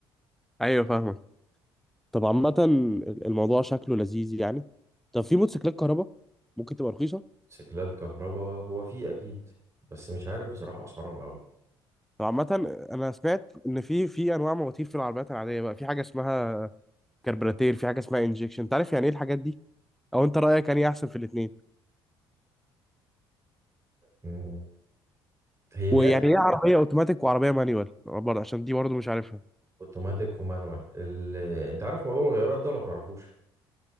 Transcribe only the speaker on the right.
موتوسيكلات كهرباء هو في اكيد بس مش عارف بصراحة اسعارهم قوي
مم. هي
دي اجزاء
اوتوماتيك ومانوال ال... انت عارف موضوع الغيارات ده ولا متعرفوش